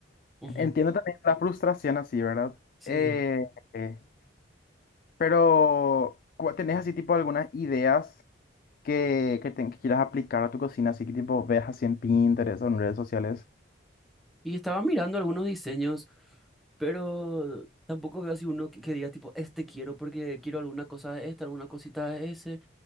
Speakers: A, in the centre; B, on the left.
A: Ujú,
B: entiendo también la frustración así, ¿verdad?
A: Sí.
B: Eh, eh, pero, ¿cu- ¿tenés así tipo algunas ideas? que, que, te- que quieras aplicar a tu cocina, así que tipo veas así en Pinterest o en redes sociales,
A: Y estaba mirando algunos diseños, pero tampoco veo así uno que, que diga tipo, este quiero porque quiero alguna cosa de esta, alguna cosita de ese.